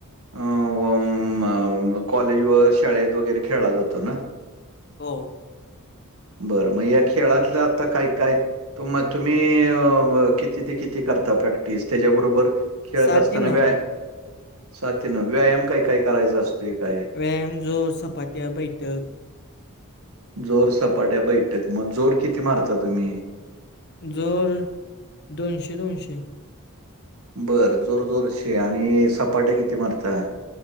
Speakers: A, on the right; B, on the left.
A: अं वां मम अ कॉलेज व शाळेत वगैरे खेळला जातो ना?
B: हो.
A: बरं म या खेळातलं आता काय - काय? तुमा तुम्ही अ ब किती ते किती करता प्रॅक्टिस त्याच्याबरोबर खेळत
B: सात
A: असताना
B: ते नऊ
A: व्याया साथीन व्यायाम काय-काय करायचा असतोय काय?
B: व्यायाम जो सपाट्या बैठक.
A: जोर सपाट्या बैठक, मग जोर किती मारता तुम्ही?
B: जोर दोनशे-दोनशे.
A: बरं जोर दोरशे आणि सपाट्या किती मारता?